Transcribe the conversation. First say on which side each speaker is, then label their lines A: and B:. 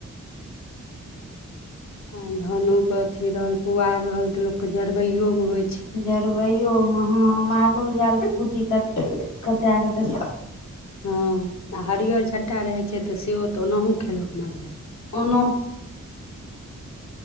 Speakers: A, on the left (about 65°); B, on the left (about 85°).
A: आ धानो के अथी रहल पुआर रहल त लोक के जरबैयो मे।
B: जरबैयोमे हँ। मालो जालके कुट्टी कट कैटा कऽ देलक
A: हँ। आ हरियर झट्टा रहैत छै। तऽ से तऽ ओनाहु खेलक मालजाल।
B: ओन।